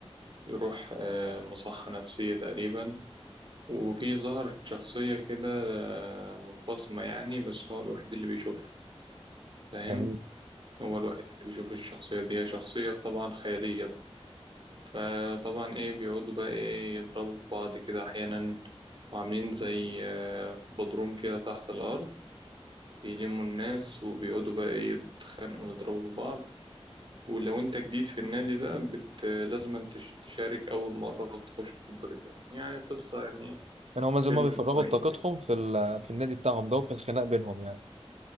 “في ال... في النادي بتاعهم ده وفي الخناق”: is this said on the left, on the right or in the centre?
Right